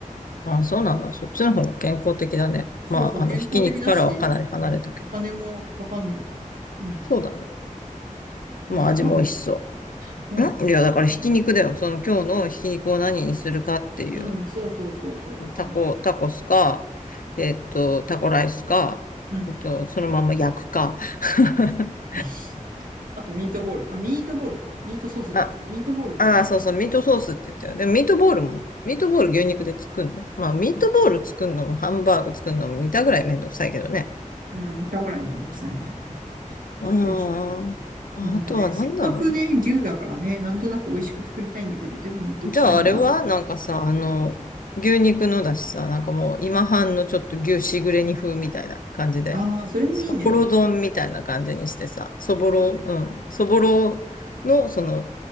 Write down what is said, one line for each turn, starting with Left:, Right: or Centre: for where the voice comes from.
Left: あ、そうなんだ。そっちの方が健康的だね。
Right: そうそう、
Left: まあ、
Right: 健康的だし、
Left: あの、ひき肉からはかなり離れたけど。
Right: うん、お金もかかんないと思う。うん、
Left: そうだね。もう味も美味しそ
Right: うん、何の話だったっけ
Left: う。
Right: <laughs>
Left: んいや、だからひき肉だよ。
Right: あ
Left: その今日のひき肉を何にするかっていう。
Right: うん、そうそうそうそう、そうそうそ
Left: タコ、タコスか、えっと、タコライスか、
Right: う。うん。
Left: えっと、そのまま焼くか。<laughs>
Right: <laughs> あと、ミートボール。あ、ミートボールか。ミートソースじゃなくて、
Left: あ、
Right: ミートボールってでも、
Left: ああそうそう、ミートソースって言ったよ。でもミートボールも、ミートボール牛肉で作るの。まあ、ミートボール作るのもハンバーグ作るのも似たぐらいめんどくさいけどね。
Right: うん、だぐらいめんどくさいね。
Left: うーん。
Right: そうそう。
Left: あとは何だろうね。
Right: まあなんかね、せっかくね、牛だからね、なんとなく美味しく作りたいんだけど、でもめんどくさいな。
Left: じゃああれはなんかさ、あの、牛肉のだしさ、なんかもう今半のちょっと牛しぐれ煮風みたいな感じで、
Right: ああ、それもいいね。
Left: そぼろ丼みたいな感じにしてさ、そぼろ、
Right: うん、
Left: うん、そぼろのその、